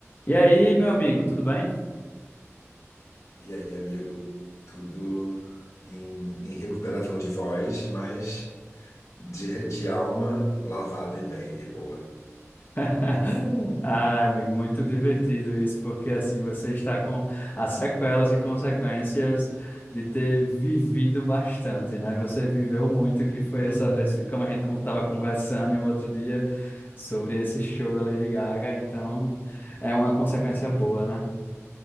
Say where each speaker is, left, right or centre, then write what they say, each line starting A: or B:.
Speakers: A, on the left; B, on the left.
A: E aí, meu amigo, tudo bem?
B: E aí, amigo? Tudo em, em recuperação de voz, mas de, de alma lavada e bem, e boa.
A: <laughs> Ah, amigo, muito divertido isso, porque assim você está com as sequelas e consequências de ter vivido bastante, né? Você viveu muito, que foi
B: Uhum.
A: essa, esse, como a gente como estava conversando em outro dia sobre esse show da Lady Gaga, então é uma consequência boa, né?